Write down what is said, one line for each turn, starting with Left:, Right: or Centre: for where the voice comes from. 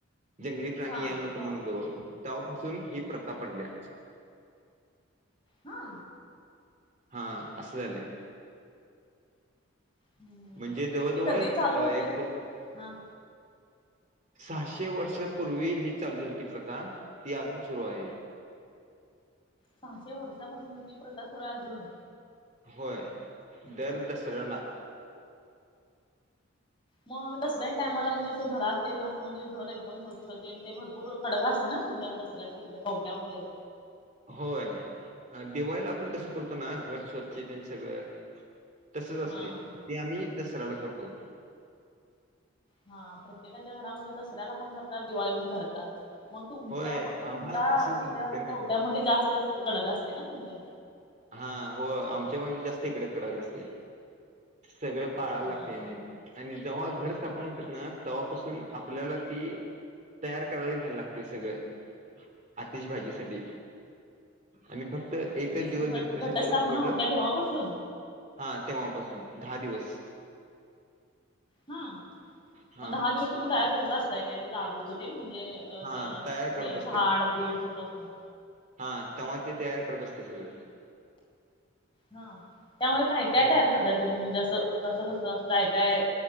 Right: जंगली प्राणी
Left: हा
Right: यायला नको
Left: बर
Right: म्हणून जवळ, तवापासून ही प्रथा पडल्या.
Left: हा?
Right: हा, असं झालय.
Left: हम्म
Right: म्हणजे जवळ-जवळ
Left: ते कधी चालू
Right: अ
Left: होत
Right: एक
Left: ते हा
Right: सहाशे वर्षांपूर्वी ही चालू झालती प्रथा, ती अजून सुरू आहे.
Left: सहाशे वर्षापासून ती प्रथा सुरू आहे अजून?
Right: होय! दर दसऱ्याला
Left: मग दसऱ्याच्या टायमाला म्हणजे, असं घरात तेन असं म्हणजे, घर एकदम स्वच्छ तेन ते भरपूर कडक असतय ना? तुमच्या दसऱ्यात तिकड कवठ्यामध्ये?
Right: होय! दिवाळीला आपण कसं करतो ना, घर स्वच्छ तेन सगळं तसच असतय,
Left: हा
Right: ते आम्ही दसऱ्याला करतो.
Left: हा, प्रत्येकाच्या घरामध्ये दसऱ्याला पण करतात. दिवाळीला पण करतात. मग तुमच्या
Right: होय
Left: तुमच्या
Right: आम्हाला तसंच
Left: तिकडं
Right: होते ना
Left: कवट्यामध्ये जास्तच कडक असतय ना तुमच?
Right: हा, हो. आमच्यामध्ये जास्त इकडे कडक असतय, सगळं पाळायला
Left: हा
Right: लागतय म. आणि जेव्हा घर सा <unintelligible> होतात ना तेव्हापासून आपल्याला ती तयार करायला घ्यायला लागतय सगळ, अतिशबाजीसाठी आणि फक्त एकच
Left: कधी
Right: दिवस
Left: घट
Right: दसऱ्याचे
Left: घटस्थापना
Right: दिवस टोट
Left: होत्या तेव्हापासून
Right: हा तेव्हापासून दहा दिवस.
Left: हा,
Right: हा
Left: मग दहा दिवस तुम्ही तयार करत असताय काय ते दारू? ते म्हणजे अ
Right: हा तयार करत
Left: हे
Right: असते
Left: झाड
Right: तेव्हा
Left: बीड सगळं असं?
Right: हा, तेव्हा ते तयार करत असतय सगळं.
Left: हा, त्यामध्ये काय काय
Right: आणि
Left: तयार करताय तुम्ही, म्हणजे अस तसं कसं असं काय काय